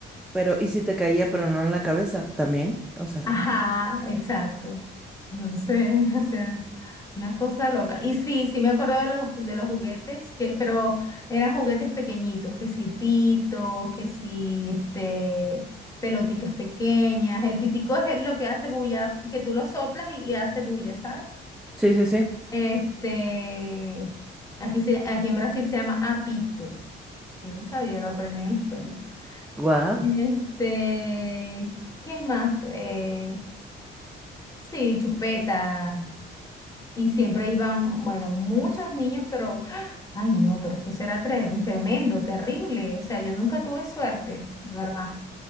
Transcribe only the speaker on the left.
<laughs> Ajá, exacto. No sé, <laughs> o sea, una cosa loca. Y sí, sí me acuerdo de los, de los juguetes, que, pero eran juguetes pequeñitos, que sí, pitos, que sí, este, pelotitas pequeñas. El pitico es el- lo que hace bulla, que tú lo soplas y, y hace bulla, ¿sabes?
Este, aquí, se, aquí en Brasil se llama apito. no sabía, lo aprendí en la escuela.
Este, ¿qué más? Pues sí, chupeta. Y siempre iban, bueno, muchos niños, pero, ¡ah! ay no, pero es que eso era tre- tremendo, terrible. O sea, yo nunca tuve suerte, ¿verdad?